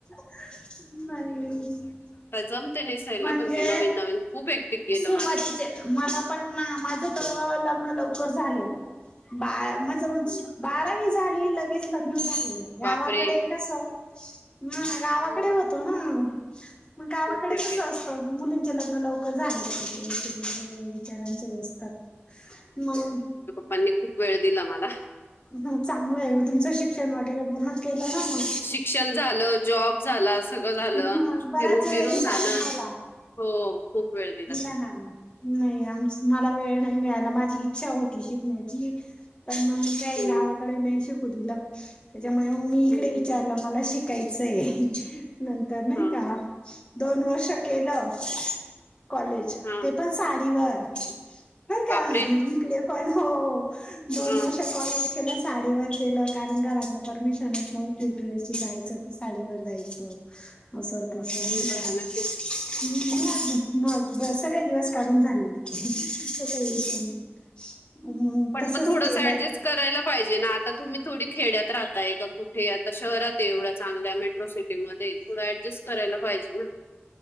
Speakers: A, on the left; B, on the left.
A: म
B: जमते
A: म्हणजे
B: पण ते नवीन नवीन खूप एकटिक गेलं
A: सुरुवातीचे
B: मला
A: मला पण माझ तर लग्न लवकर झालेलं बा माझंण
B: हम्म.
A: बारावी झाली लगेच लग्न झालं
B: बापरे!
A: गावाकडे कस ना गावाकडे
B: हम्म.
A: होतो ना मग गावाकडे
B: ओके,
A: कस
B: ओके.
A: असतं मुलींचे लग्न लवकर झालेगळे विचारांचेत मग
B: पण खूप वेळ दिला मला
A: ह चांगलं आहे तुमचं शिक्षण वगैरे पूर्ण केलं ना मग
B: शिकण झालं जॉब झाला स झालं
A: मग बराच
B: फिरून
A: वेळ
B: फिरून
A: दिला
B: झालं
A: तुम्हाला
B: हो खूप वेळ दिला
A: ना नाही आम मला वेळ नाही मिळाला माझी इच्छा होती शिकण्याची पण मग काय
B: हं,
A: गावाकडे नाही श कु दिलं त्याच्यामुळे मी इकडे
B: हं.
A: विचारलं मला शिकायचंय नंतर नाही
B: हां,
A: का
B: हां.
A: दोन वर्ष केलं कॉलेज
B: हां.
A: ते पण साडीवर बर
B: बापरे!
A: का नििकले पण हो दोन
B: हां.
A: वर्ष कॉलेज केलं साडीवरच गलं कारण घरातन परमिशनच नव्हती ड्रेसची जायचं साडीवर जायचं असं
B: बापरे!
A: तस हो
B: भयानक
A: का
B: आहे.
A: मग मग सगळे दिवस काढून झालेले स विषयानी मग
B: पण
A: तसच
B: थोडंसं
A: केलं
B: ॲडजस्ट करायला पाहिजे ना. आता तुम्ही थोडी खेड्यात राहताय का कुठे आता शहरात आहे एवढ्या चांगल्या मेट्रो सिटीमध्ये थं ऍडजस्ट करायला पाहिजे ना